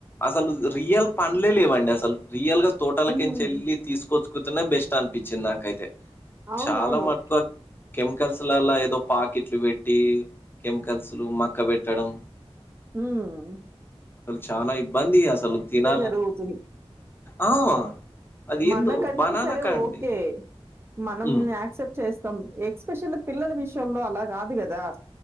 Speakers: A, on the left (about 20°); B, on the right (about 25°).
A: అసలు రియల పండ్లే లేవండి అసలు రియల్ గా తోటలకంచి
B: ఉమ్
A: వెళ్లి తీసుకొచ్చు బెస్ట్ అనిపించింది నాకైతే
B: అవునవును
A: చాలా మట్టుకో కెమికల్స్లలా ఏదో పాకెట్లు పెట్టి కెమికల్స్లు మక్క పెట్టడం
B: హ్మ్
A: అసలు చాలా ఇబ్బంది అసలు తినాల
B: జరుగుతుంది
A: ఆ అది
B: మనకంటే
A: ఏందో బనానాకా
B: సరే
A: అండి
B: ఓకే మనం
A: హ్మ్.
B: యాక్సెప్ట్ చేస్తాం ఎక్స్ప్రెషన్ పిల్లల విషయంలో అలా కాదు కదా